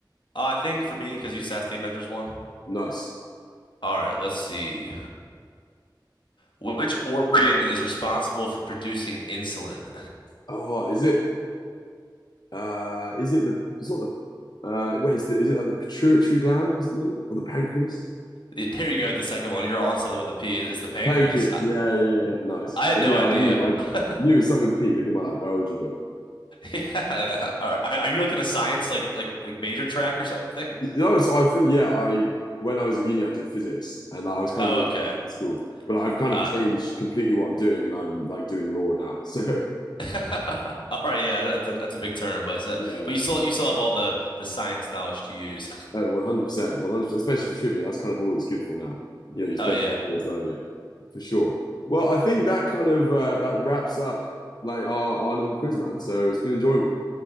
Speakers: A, on the left (about 85°); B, on the left (about 60°).
A: I think for me, because you just asked the Avengers one.
B: nice.
A: All right, let's see. Wh- Which organ is responsible for producing insulin?
B: Oh, is it? Uh, is it the? It's not the. Uh, wait, is the? Is it like the pituitary gland or something, or the pancreas?
A: It- there you go. The second one. You're on something with a P. It's the pancreas.
B: Pancreas.
A: I,
B: Yeah, yeah, yeah. Nice.
A: I had
B: Uh,
A: no
B: yeah,
A: idea.
B: I Yeah. knew. I
A: <laughs>
B: knew it was something with a P. Looking at my like biology book.
A: Yeah. Are, are you like in a science like like like major track or something?
B: Y- No, so I think yeah. I when I was at uni, I did physics, and I was kind
A: Oh,
B: of always
A: okay.
B: at school. But I've kind
A: Got
B: of changed
A: it.
B: completely what I'm doing, and I'm like doing law now. <laughs> So
A: <laughs> All right. Yeah, that's a, that's a big term, but it's a,
B: yeah,
A: but you still you still have all the the science knowledge to use. <laughs>
B: Oh, 100%, 100%, especially for trivia. That's kind of all it's good for now. You know, you spend
A: Oh yeah.
B: four years learning it for sure. Well, I think that kind of uh, that wraps up like our, our little quiz, man. So it's been enjoyable.